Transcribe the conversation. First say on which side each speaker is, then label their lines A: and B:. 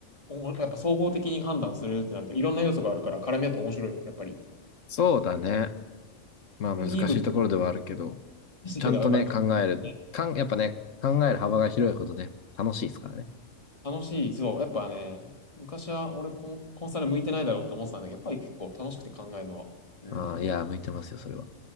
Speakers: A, on the left; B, on the left.
A: おもやっぱ総合的に判断するってなると、いろんな要素があるから、絡み合って面白い、やっぱり。
B: そうだね。まあ難しいところではあるけど、
A: これでいい部分だけど、
B: ちゃんとね、
A: ばっか。
B: 考える、
A: ね
B: かん、やっぱね、考える幅が広いほどね、楽しいですからね。
A: 楽しい。そう、やっぱね、昔は俺コン、コンサル向いてないだろうって思ってたんだけど、やっぱり結構楽しくて考えるのは。うん。
B: ああ、いや、向いてますよ、それは。